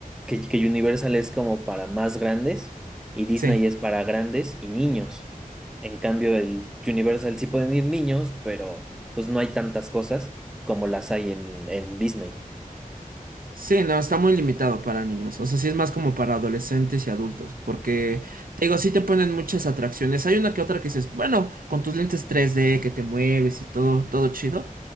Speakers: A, in the centre; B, on the right.
A: que, que Universal es como para más grandes y Disney
B: Sí,
A: es para grandes y niños. En cambio, el Universal sí pueden ir niños, pero pues no hay tantas cosas como las hay en, en Disney.
B: sí, no, está muy limitado para niños. O sea, sí es más como para adolescentes y adultos. Porque, te digo, sí te ponen muchas atracciones. Hay una que otra que dices, bueno, con tus lentes 3D que te mueves y todo, todo chido.